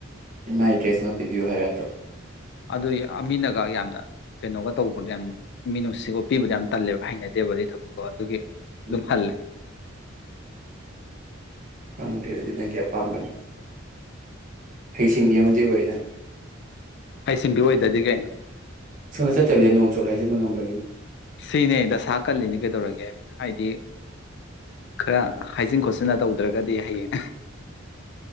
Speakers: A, on the right; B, on the left.
A: ꯃꯥꯏ ꯏꯇ꯭ꯔꯦꯁ ꯑꯃ ꯄꯤꯕꯤꯌꯨ ꯍꯥꯏꯒꯗ꯭ꯔꯣ
B: ꯑꯗꯨ ꯃꯤꯅꯒ ꯌꯥꯝꯅ ꯀꯩꯅꯣꯒ ꯇꯧꯕꯗꯣ ꯌꯥꯝ ꯃꯤ ꯅꯨꯡꯁꯤꯒꯣꯄꯤꯕꯗ ꯌꯥꯝ ꯇꯜꯂꯦꯕ ꯍꯩꯅꯗꯦꯕ ꯑꯗꯨ ꯊꯕꯛꯇꯣ ꯑꯗꯨꯒꯤ
A: ꯎꯝ
B: ꯑꯗꯨꯝ ꯐꯜꯦ <unintelligible>
A: ꯈꯅꯨꯡꯊꯦꯜ ꯅꯪꯒꯤ ꯑꯄꯥꯝꯕꯅꯤ ꯍꯩꯁꯤꯡꯕꯤ ꯑꯃꯗꯤ ꯑꯣꯏꯅ
B: ꯍꯩꯁꯤꯡꯗꯨ ꯑꯣꯏꯗꯗꯤ ꯀꯩꯅꯣ
A: ꯁꯣꯝ ꯆꯠꯇꯗ ꯅꯣꯡ ꯆꯣꯠ ꯍꯥꯏꯩꯟ ꯉꯝꯃꯤ
B: ꯁꯤꯅꯦ ꯗꯁꯥ ꯀꯜꯂꯤꯅꯦ ꯀꯩꯗꯧꯔꯒꯦ ꯍꯥꯏꯗꯤ ꯈꯔ ꯍꯥꯏꯖꯤꯟ ꯈꯣꯠꯆꯤꯟꯅ ꯇꯧꯗ꯭ꯔꯒꯗꯤ ꯍꯌꯦꯡ